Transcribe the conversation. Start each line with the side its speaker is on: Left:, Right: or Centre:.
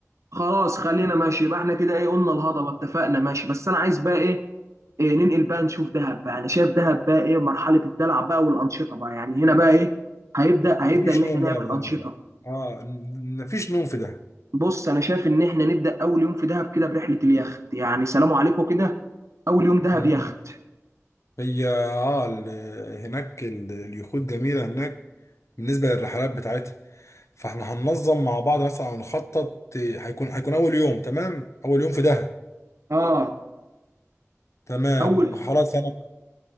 Right: خلاص خلينا ماشي يبقى احنا كده ايه قلنا الهضبه اتفقنا ماشي بس انا عايز بقى ايه, إيه ننقل بقى نشوف دهب بقى انا شايف دهب بقى ايه مرحله الدلع بقى والانشطه بقى يعني هنا بقى ايه هيبدا هيبدا
Left: مفيش
Right: ان احنا
Left: نوم
Right: نعمل
Left: بقى في
Right: انشطه
Left: دهب بقى اه م- مفيش نوم في دهب
Right: بص انا شايف ان احنا نبدا اول يوم في دهب كده برحله اليخت يعني سلام عليكم كده اول يوم دهب
Left: مم.
Right: يخت
Left: هي اه ال- هناك ال- اليخوت جميله هناك بالنسبه للرحلات بتاعتها فاحنا هننظم مع بعض مثلا او نخطط إيه، هيكون هيكون اول يوم تمام اول يوم في دهب
Right: اه
Left: تمام
Right: اول
Left: خلاص انا